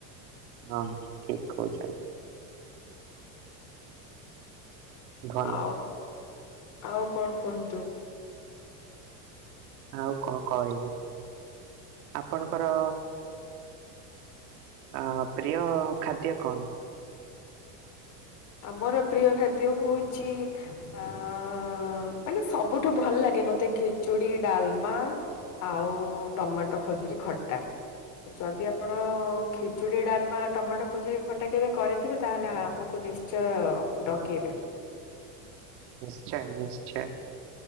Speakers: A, on the right; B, on the left.
A: ହଁ ଠିକ କହୁଛନ୍ତି। ଭଲ
B: ଆଉ, ଆଉ କଣ କୁହନ୍ତୁ?
A: ଆଉ କଣ କହିବି ଆପଣଙ୍କର ଆ-ଆ ପ୍ରିୟ ଖାଦ୍ୟ କଣ?
B: ଆମର ପ୍ରିୟ ଖାଦ୍ୟ ହଉଛି ଆ-ଆ-ଆ-ଆ ମାନେ ସବୁଠୁ ଭଲ ଲାଗେ ମତେ ଖେଚୁଡି, ଡାଲମା ଆଉ-ଉ-ଉ-ଉ ଟମାଟୋ, ଖଜୁରୀ ଖଟା। ଯଦି ଆପଣ-ଅ-ଅ ଖେଚୁଡ଼ି, ଡାଲମା, ଟମାଟୋ, ଖଜୁରି ଖଟା କେବେ କରିଥିବେ ତାହେଲେ ଆମକୁ ନିଶ୍ଚ ଚୟ ଡକେଇବେ।
A: ନିଶ୍ଚୟ, ନିଶ୍ଚୟ।